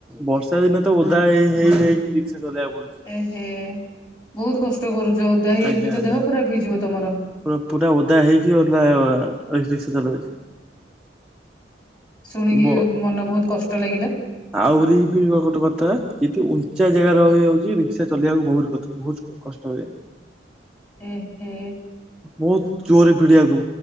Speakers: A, in the centre; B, on the left.
A: ବର୍ଷା ଦିନେ ତ ଓଦା ହେଇ ହେଇ କି ରିକ୍ସା ଚଲେଇବାକୁ ପଡୁଛି।
B: ଏ ଏ ବହୁତ କଷ୍ଟ କରୁଛ ଓଦା ହେଇ
A: ଆଜ୍ଞା
B: ଏମିତି ତ
A: ଆଜ୍ଞା
B: ଦେହ ଖରାପ ହେଇଯିବ ତମର।
A: ପୁରା ପୁରା ଓଦା ହେଇକି ରିକ୍ସା ଚଲାଉଛି।
B: ଶୁଣିକି
A: ବ
B: ମନ ବହୁତ କଷ୍ଟ ଲାଗିଲା।
A: ଆହୁରି ବି ଗୋଟେ କଥା ଏଇ ଯୋଉ ଉଞ୍ଚା ଜାଗା ରହିଯାଉଛି ରିକ୍ସା ଚଲେଇିବାକୁ ବହୁତ ବହୁ କଷ୍ଟ। କଷ୍ଟ ହୁଏ।
B: ଏ ହେ
A: ବହୁତ ଜୋରେ ଭିଡିିବାକୁ